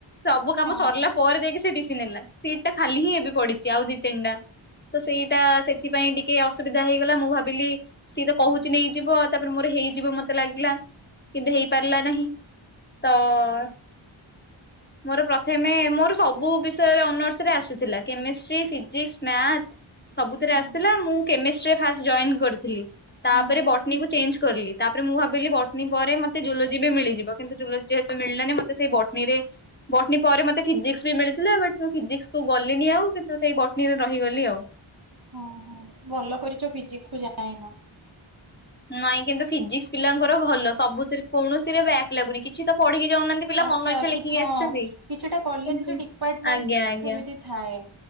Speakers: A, on the left; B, on the right.
A: ସବୁ କାମ
B: ହଁ
A: ସରିଲା ପରେ ଯାଇକି ସେ ଟି ସି ନେଲା, ସିଟ ଟା ଖାଲି ହିଁ ଏବେ ପଡିଛି ଆଉ ଦିଇ ତିନିଟା। ତ ସେଇଟା ସେଥିପାଇଁ ଟିକେ ଅସୁବିଧା ହେଇଗଲା। ମୁଁ ଭାବିଲି ସିଏ ତ କହୁଚି ନେଇଯିବ ତାପରେ ମୋର ହେଇଯିବ ମତେ ଲାଗିଲା କିନ୍ତୁ ହେଇପାରିଲା ନାହିଁ, ତ <inaudible> ମୋର ପ୍ରଥମେ ମୋର ସବୁ ବିଷୟରେ ଅନର୍ସରେ ଆସିଥିଲା। କେମେଷ୍ଟ୍ରୀ ଫିଜିକ୍ସ ମ୍ୟାଥ ସବୁଥିରେ
B: ହଁ
A: ଆସିଥିଲା। ମୁଁ କେମେଷ୍ଟ୍ରୀ ରେ ଫାଷ୍ଟ ଜଏନ୍ କରିଥିଲି। ତାପରେ
B: ହଁ
A: ବଟନୀକୁ ଚେଞ୍ଜ କରଲି। ତାପରେ ମୁଁ ଭାବିଲି ବଟନୀ ପରେ ମତେ ଯୁଲୋଜୀ ବି ମିଳିଯିବ। କିନ୍ତୁ ଜୁଲୋଜି ଯେହେତୁ ମିଳିଲାନି ମତେ ସେଇ ବଟନୀରେ ବଟନୀ ପରେ ମତେ ଫିଜିକ୍ସ ବି ମିଳିଥିଲା ବଟ୍ ମୁଁ ଫିଜିକସକୁ ଗଲିନି ଆଉ କିନ୍ତୁ ସେଇ ବଟନୀରେ ରହିଗଲି ଆଉ।
B: ହ ହଁ ଭଲ କରିଚ ଫିଜିକସକୁୁ ଯାଇନ।
A: ନାଇଁ କିନ୍ତୁ ଫିଜିକ୍ସ ପିଲାଙ୍କର ଭଲ ସବୁଥିରେ କୌଣସି ରେ ବ୍ୟାକ୍ ଲାଗୁନି। କିଛି ତ ପଢିକି ଯାଉନାନ୍ତି ପିଲା
B: ଆଚ୍ଛା
A: ମନ ଇଚ୍ଛା
B: କି
A: ଲେଖିକି
B: ହଁ
A: ଆସିଛନ୍ତି
B: କିଛିଟା କଲେଜରେ
A: କିନ୍ତୁ
B: ଡିପାର୍ଟମେଣ୍ଟ
A: ଆଜ୍ଞା ଆଜ୍ଞା।
B: ସେମିତି ଥାଏ।